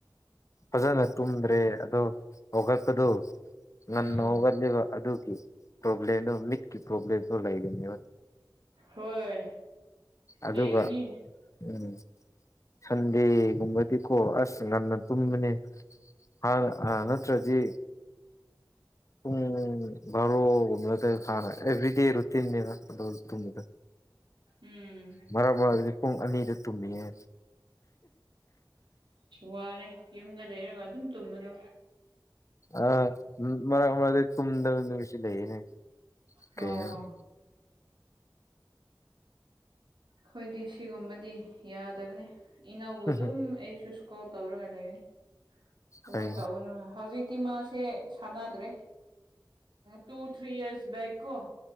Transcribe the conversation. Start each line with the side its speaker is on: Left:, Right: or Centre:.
Left: ꯐꯖꯅ ꯇꯨꯝꯗ꯭ꯔꯦ ꯑꯗꯣ ꯍꯧꯒꯠꯄꯗꯨ ꯉꯟꯅ
Right: ꯎꯝ
Left: ꯍꯧꯒꯠꯜꯂꯤꯕ ꯑꯗꯨꯒꯤ ꯄ꯭ꯔꯣꯕ꯭ꯂꯦꯝꯗꯨ ꯃꯤꯠꯀꯤ ꯄ꯭ꯔꯣꯕ꯭ꯂꯦꯝꯗꯨꯣ ꯂꯩꯒꯅꯦꯕ
Right: ꯍꯣꯏ
Left: ꯑꯗꯨꯒ
Right: ꯂꯩꯒꯅꯤ
Left: ꯎꯝ ꯁꯟꯗꯦꯒꯨꯝꯕꯗꯤꯀꯣ ꯑꯁ ꯉꯟꯅ ꯇꯨꯝꯕꯅꯦ ꯍꯥꯟ ꯑ ꯅꯠꯇ꯭ꯔꯗꯤ ꯄꯨꯡ ꯕꯥꯔꯣ ꯒꯨꯝꯕ ꯅꯠꯇ꯭ꯔꯗꯤ ꯐꯥꯔꫭꯏ ꯑꯦꯕ꯭ꯔꯤ ꯗꯦ ꯔꯨꯇꯤꯟꯅꯦꯕ ꯑꯗꯨ ꯇꯨꯝꯃꯤꯗꫭ
Right: ꯎꯝ
Left: ꯃꯔꯛ ꯃꯔꯥꯛꯗꯗꯤ ꯄꯨꯡ ꯑꯅꯤꯗ ꯇꯨꯝꯃꯤꯍꯦ
Right: ꯋꯥꯔꯦ ꯌꯨꯝꯗ ꯂꯩꯔꯒ ꯑꯗꯨꯝ ꯇꯨꯝꯕꯗꯣ
Left: ꯑ ꯃ ꯃꯔꯛ ꯃꯔꯛꯗꯤ ꯇꯨꯝꯗꯕ ꯅꯨꯃꯤꯠꯁꯨ ꯂꯩꯅꯦ
Right: ꯑꯣ
Left: ꯀꯩꯅꫭ
Right: ꯈꫭꯏꯗꯤ ꯁꯤꯒꯨꯝꯕꯗꯤ ꯌꯥꯗꯕꯅꯦ ꯏꯅꯥꯎꯕꯨ
Left: ꯎꯝ
Right: ꯑꯗꯨꯝ ꯑꯩꯁꯨ ꯀꯣꯜ ꯇꯧꯔꯒ ꯂꯩꯔꯦ ꯑꯗꯨꯃꯥꯏꯅ
Left: ꯐꯩ
Right: ꯇꯧꯒꯅꯨ ꯍꯧꯖꯤꯛꯇꯤ ꯃꯥꯁꯦ ꯁꯥꯟꯅꯗ꯭ꯔꯦ ꯇꯨ ꯊ꯭ꯔꯤ ꯏꯌꯔꯁ ꯕꯦꯛ ꯀꯣ